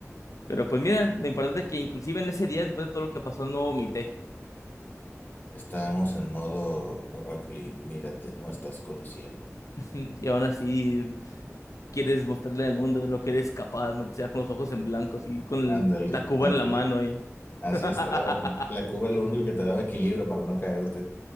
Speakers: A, on the left (about 80°); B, on the left (about 35°).
A: Pero pues mira, lo importante es que inclusive en ese día, después de todo lo que pasó, no vomité.
B: Estábamos en modo Rock Lee, mírate, no estás consciente.
A: <laughs> Y aún así quieres mostrarle al mundo lo que eres capaz, no sea con los ojos en blanco, así con el-
B: Ándale,
A: la cuba
B: <laughs> así,
A: en la mano y...
B: así
A: <laughs>
B: está. La cuba lo único que te daba equilibrio para no caerte.